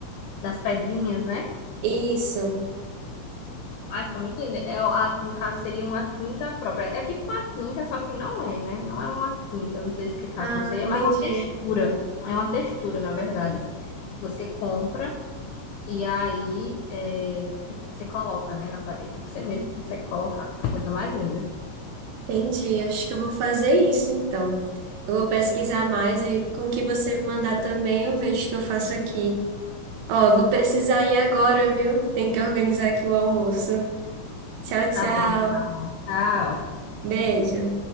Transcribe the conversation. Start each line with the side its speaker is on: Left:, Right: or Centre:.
Left: das pedrinhas, né?
Right: Isso.
Left: Ai, fica muito linda. É, a- no caso, seria uma tinta própria. É tipo uma tinta, só que não é, né? Não é uma tinta, eu não sei explicar
Right: Ah,
Left: como seria,
Right: entendi.
Left: mas é uma textura. É uma textura, na verdade, que você compra e aí é, você, você coloca, né, na parede. Você mesmo consegue colocar, fica a coisa mais linda.
Right: Entendi. Acho que eu vou fazer isso então. Eu vou pesquisar mais e com o que você me mandar também eu vejo o que eu faço aqui. Ó, eu vou precisar ir agora, viu? Tem que organizar aqui o almoço. Tchau, tchau.
Left: Tá bom, então. Tchau.
Right: Beijo.